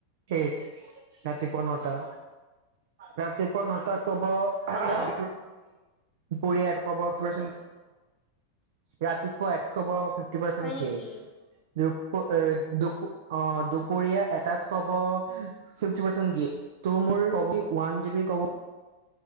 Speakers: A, on the right (about 55°); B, on the left (about 25°).
A: সেই ৰাতি পোৱা নটা, ৰাতি পোৱা নটাত ক'ব <unintelligible>
B: হেল্ল'
A: পুৰ <unintelligible> ৰাতিপুৱা <unintelligible> ফিফটি পাৰচেন্ত
B: হয় নেকি?
A: শেষ। এ দু অ দুপৰীয়া এটাত কব ফিফতি পাৰচেণ্ট <unintelligible> মোৰ ক'ব ৱান জীবি কব